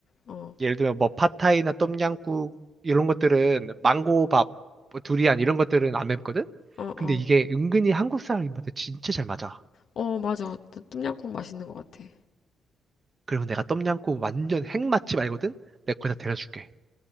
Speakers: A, on the left; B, on the right.
A: 어,
B: 예를 들면 뭐 팟타이나 똠양꿍 이런 것들은 망고밥, 뭐 두리안 이런 것들은 안 맵거든?
A: 어,
B: 근데
A: 어,
B: 이게 은근히 한국 사람 입맛에 진짜 잘 맞아.
A: 어, 맞아. 똠양꿍 맛있는 것 같아.
B: 그리고 내가 똠양꿍 완전 핵맛집 알거든? 내가 거기다 데려줄게.